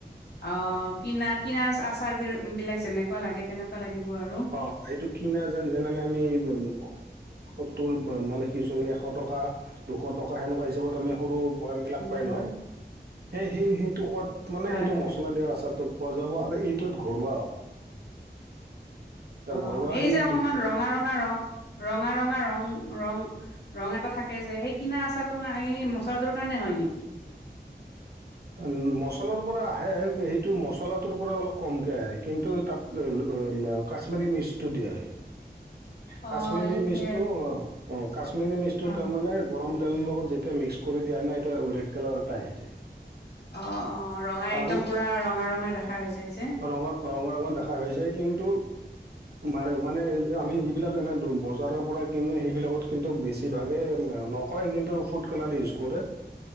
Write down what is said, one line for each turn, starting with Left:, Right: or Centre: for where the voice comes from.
Left: অ কিনা কিনা আচাৰ বি বিলাক যেনেকুৱা লাগে তেনেকুৱা লাগিব আৰু
Right: অ এইটো কিনা যেন যেনেকে আমি উ সত্তৰ মানে কি চৰি এশ টকা দুশ টকা সেনেকুৱা হিচাপত আমি সৰু বয়াম বিলাক
Left: উম
Right: পায় নহয় সেই সেই সেইটো সোৱাদ মানে
Left: হয়
Right: এইটো
Left: হয়
Right: মছলা দিয়া আচাৰ তত পোৱা যাব আৰু এইটোত ঘৰুৱা হ'ব এতিয়া
Left: অ
Right: ঘৰুৱা
Left: এই
Right: সেই
Left: যে অকমান
Right: দু
Left: ৰঙা ৰঙা ৰং ৰঙা ৰঙা ৰং ৰং ৰং এটা থাকে যে সেই কিনা আচাৰটোৰ এই মচলাটোৰ কাৰণে হয় নেকি
Right: উ মচলাৰ পৰা আহে সেইটো মচলাটোৰ পৰা অলপ কমকে আহে কিন্তু তাত কাশ্মাৰী মিচটো দিয়া হয়
Left: অ
Right: কাশ্মিৰী
Left: এই
Right: মিচটো
Left: যে
Right: অ অ কাশ্মিৰী মিচটো
Left: অ
Right: তাৰ মানে গৰম তেলৰ লগত যেতিয়া মিক্স কৰি দিয়া তাই নাইটো ৰেড কালাৰ এটা আহ যে
Left: অ অ ৰঙা
Right: আৰু
Left: একদম পুৰা ৰঙা ৰঙা দেখা হৈ যায় যে
Right: ৰঙৰ ৰঙা ৰঙৰ দেখা হৈ যায় কিন্তু মান মানে আমি যিবিলাক এনে ধম বজাৰৰ পৰা কিন্তু সেইবিলাকত কিন্তু বেছিভাগে নকয় কিন্তু ফুড কালাৰ ইউজ কৰে